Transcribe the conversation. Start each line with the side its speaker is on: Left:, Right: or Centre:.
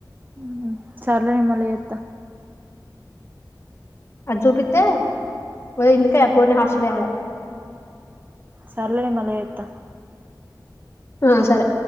Right: మ్మ్ సర్లే నేను మ్మళ ఎత్త
Left: అజూపిత్తే ఓ ఇందుకే ఆ పోరీ నీ హాస్టల్ాల వేయాలే
Right: సర్లే నేన్ మళ్ల ఎత్త
Left: ఆ సరే